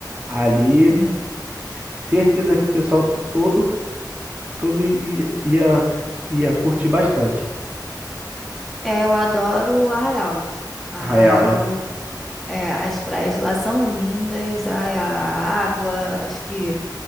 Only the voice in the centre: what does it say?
sim.
É, eu adoro o Arraial. Arraial,
é, as praias de lá são lindas, a, a água, acho que